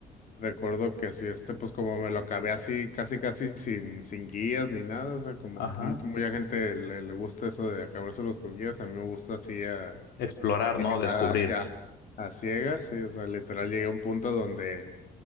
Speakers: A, on the left; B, on the left.
A: recuerdo que sí, este, pues como me lo acabé así, casi casi sin, sin guías ni nada. O sea, como
B: Ajá.
A: mu- mucha gente le, le gusta eso de acabárselos con guías, a mí me gusta así a
B: Explorar, ¿no? Descubrir.
A: A, hacia- a ciegas, sí, o sea, literal llegué a un punto donde,